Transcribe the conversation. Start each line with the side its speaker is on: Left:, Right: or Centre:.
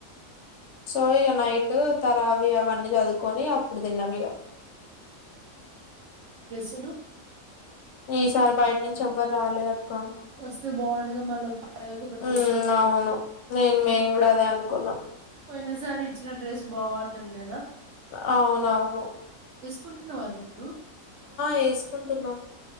Left: సో ఇగ నైట్ తరావి అవన్నీ చదువుకొని అప్పుడు తిన్నాం ఇగ
Right: తులు
Left: ఈసారి బయట నుంచి ఎవ్వరు రాలేద క్క
Right: వస్తే బాగుండగా మళ్ళీ పండగకు ఒక డ్రెస్
Left: మ్మ్
Right: వచ్చేదిగా
Left: అవును నేను మేము కూడా అదే అనుకున్నాం.
Right: పోయిన సారి ఇచ్చిన డ్రెస్ బాగున్నది కదా
Left: అవును అవును
Right: కుంటున్నావ అది ఇప్పుడు
Left: వేసుకుంటున్నా